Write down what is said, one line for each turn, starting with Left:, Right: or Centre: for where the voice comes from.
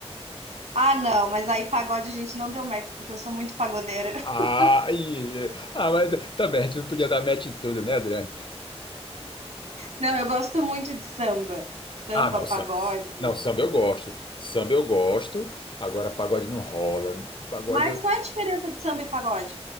Right: Ah, não, mas aí pagode a gente não deu match, porque eu sou muito pagodeira. <laughs>
Left: Ah, e, ah, mas também a gente não podia dar match em tudo, né, Adriane?
Right: Não, eu gosto muito de samba. Samba,
Left: Ah, não,
Right: pagode.
Left: samba. Não, samba eu gosto. Samba eu gosto. Agora pagode não rola. Pagode.
Right: Mas
Left: eu-
Right: qual é a diferença de samba e pagode?